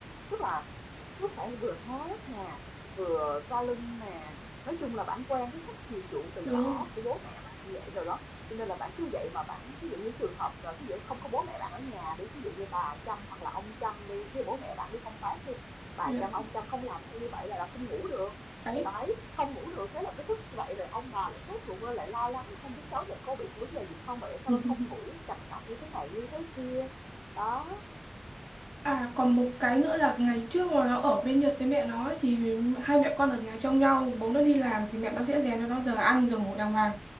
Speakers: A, on the left; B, on the right.
A: tức là cứ phải vừa hát nè vừa xoa lưng nè nói chung là bạn quen cái cách chiều chuộng từ
B: đúng
A: nhỏ
B: rồi
A: của bố mẹ bạn vậy rồi đó cho nên là bạn cứ vậy mà bạn thí dụ như trường hợp là thí dụ không có bố mẹ bạn ở nhà đi thí dụ như bà chăm hoặc là ông chăm đi thí dụ bố mẹ bạn đi công tác đi bà
B: dạ
A: chăm ông chăm không làm theo như vậy là, là không ngủ được
B: đấy
A: Đấy, không ngủ được, thế là cứ thức vậy rồi ông bà lại sốt ruột lên, lại lo lắng không biết cháu mình có bị vấn đề gì không mà tại sao
B: <laughs>
A: nó không ngủ, trằn trọc như thế này như thế kia. Đó.
B: À còn một cái nữa là ngày trước mà nó ở bên Nhật với mẹ nó ấy, thì hai mẹ con ở nhà trông nhau bố nó đi làm thì mẹ nó sẽ rèn cho nó giờ ăn giờ ngủ đàng hoàng